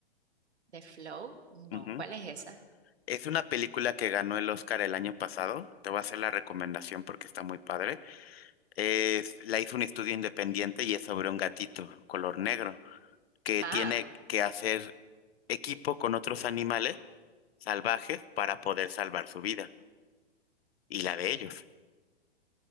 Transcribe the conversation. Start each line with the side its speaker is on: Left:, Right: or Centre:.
Right: ¿De Flow? No,
Left: Ujú.
Right: ¿cuál es esa?
Left: Es una película que ganó el Oscar el año pasado. Te voy a hacer la recomendación porque está muy padre. Es- la hizo un estudio independiente y es sobre un gatito color negro que
Right: Ah.
Left: tiene que hacer equipo con otros animales salvajes para poder salvar su vida y la de ellos.